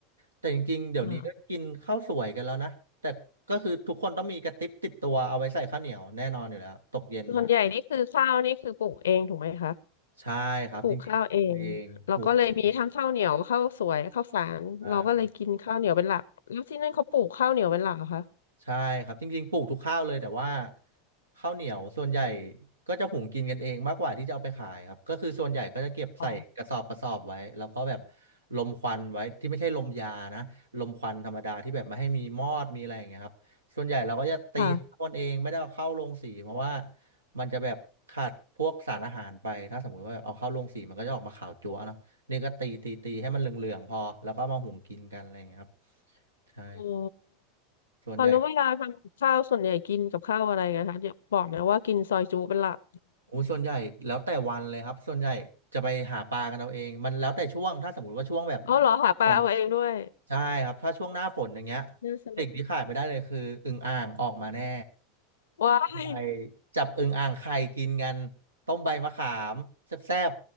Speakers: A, on the right; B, on the left.
A: แต่จริงๆเดี๋ยวนี้ก็กินข้าวสวยกันแล้วนะแต่ก็คือทุกคนต้องมีกระติบติดตัวเอาไว้ใส่ข้าวเหนียวแน่นอนอยู่แล้วตกเย็นมา
B: อ่าส่วนใหญ่นี่คือข้าวนี่คือปลูกเองถูกไหมคะ
A: ใช่ครับจริงๆตัวเองปลูกเอง
B: ปลูกข้าวเองเราก็เลยมีทั้งข้าวเหนียวข้าวสวยข้าวฝานเราก็เลยกินข้าวเหนียวเป็นหลักแล้วที่นั่นเขาปลูกข้าวเหนียวเป็นหลักเหรอคะ
A: ใช่ ใช่ครับจริงๆปลูกทุกข้าวเลยแต่ว่าข้าวเหนียวส่วนใหญ่ก็จะหุงกินกันเองมากกว่าที่จะเอาไปขายครับก็คือส่วนใหญ่ก็จะเก็บใส่กระสอบกระสอบไว้แล้วก็แบบ
B: อ๋อ
A: ลมควันไว้ที่ไม่ใช่ลมยานะลมควันธรรมดาที่แบบไม่ให้มีมอดมีอะไรอย่างเงี้ยครับส่วนใหญ่เราก็จะตีข้าวกันเองไม่ได้เอาเข้าโรงสีเพราะว่า
B: ค่ะ
A: มันจะแบบขาดพวกสารอาหารไปถ้าสมมุติว่าเอาเข้าโรงสีมันก็จะออกมาขาวจั๊วเนาะนี่ก็ตีตีตีให้มันเหลืองๆพอแล้วก็มาหุงกินกันอะไรอย่างเงี้ยครับใช่
B: อ๋อ
A: ส่วนใหญ่
B: ตอนแล้วเวลาทำกับข้าวส่วนใหญ่กินกับข้าวอะไรนะคะอย่าบอกนะว่ากินซอยจุเป็นหลัก
A: โอ้ส่วนใหญ่แล้วแต่วันเลยครับส่วนใหญ่จะไปหาปลากันเอาเองมันแล้วแต่ช่วงถ้าสมมติว่าช่วงแบบ
B: เอาเหรอหาปลาเอาเองด้วย
A: โอ้ใช่ครับถ้าช่วงหน้าฝนอย่างเงี้ย
B: น่าสนุก
A: สิ่งที่ขาดไม่ได้เลยคืออึ่งอ่างออกมาแน่
B: ว้าย
A: ไปจับอึ่งอ่างไข่กินกันต้มใบมะขามแซ่บ